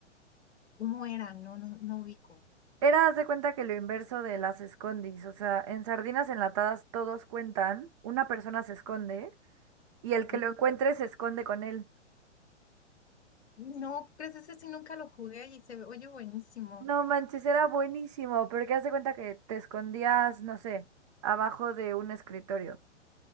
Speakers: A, on the left; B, on the right.
A: ¿Cómo era? No, no, no ubico.
B: Era, haz de cuenta que lo inverso de las escondis, o sea, en sardinas enlatadas todos cuentan, una persona se esconde y el que
A: ¿Mm?
B: lo encuentre se esconde con él.
A: No, pues ese sí nunca lo jugué y se ve, oye, buenísimo.
B: No manches, era buenísimo, porque haz de cuenta que te escondías, no sé, abajo de un escritorio